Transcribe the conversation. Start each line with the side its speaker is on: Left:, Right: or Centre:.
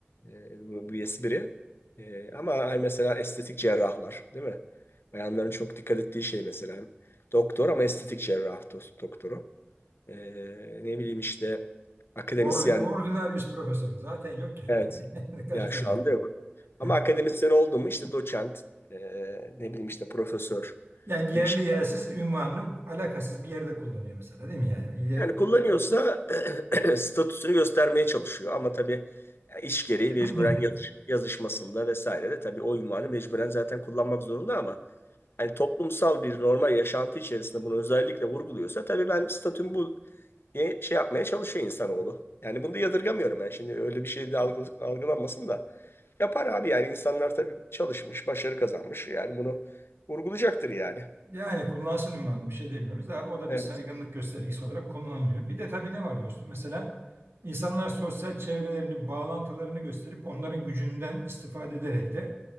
Left: E, bu bir espri. E, ama ay mesela estetik cerrahlar, değil mi? Bayanların çok dikkat ettiği şey mesela. Doktor ama estetik cerrah do- doktoru. Ee, ne bileyim işte akademisyen.
Right: Or Ordinarius profesör zaten yok ki.
Left: Evet.
Right: <laughs> Kaç
Left: Ya
Right: tane.
Left: şu anda yok. Ama
Right: <laughs>
Left: akademisyen oldu mu işte doçent, e, ne bileyim işte profesör
Right: Yani yerli
Left: gibi şey.
Right: yersiz ünvanını alakasız bir yerde kullanıyor mesela değil mi yani? Ye-
Left: Yani kullanıyorsa <clears throat> statüsünü göstermeye çalışıyor. Ama tabii yani iş gereği
Right: <clears throat>
Left: mecburen yazış, yazışmasında vesaire de tabii o ünvanı mecburen zaten kullanmak zorunda ama hani toplumsal bir normal yaşantı içerisinde bunu özellikle vurguluyorsa tabii ben statüm bu diye şey yapmaya çalışıyor insanoğlu. Yani bunu da yadırgamıyorum ben. Şimdi öyle bir şey de algı- algılanmasın da. Yapar abi yani insanlar tabii çalışmış, başarı kazanmış. Yani bunu vurgulayacaktır yani.
Right: Yani kullansın ünvanını bir şey demiyoruz. Ha, O da
Left: Evet.
Right: bir saygınlık göstergesi olarak kullanılıyor. Bir de tabii ne var dostum? Mesela insanlar sosyal çevrelerini, bağlantılarını gösterip onların gücünden istifade ederek de